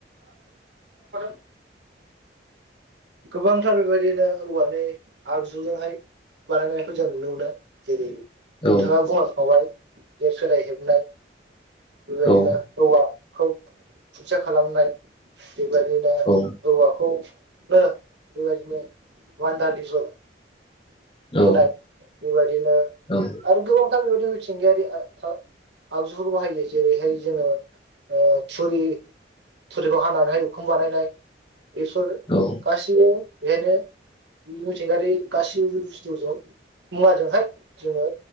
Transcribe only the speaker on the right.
<unintelligible> गोबांथार बेबायदिनो हौवानि आगजुजोंहाय बानायनायखौ जों नुनो मोनो जेरै नोंथाङा
बुंलांखाबाय जे सोलाय हेबनाय बेबायदिनो
औवा खौ खुनथिया खालामनाय बेबादिबा
औवाखौ <unintelligible> <unintelligible>
होनाय बेबायदिनो
आरो गोबांथार बे थिंगायारि आ फा आगजुफोरखौ बाहायो जेरैहाय जोङो ओ थुरि थुरिखौ हानानै उखुम बानायनाय बेसर
गासिबो बेखायनो मिथिंगारि गाससिबो बुस थुजों मुवाजोंहाय जोङो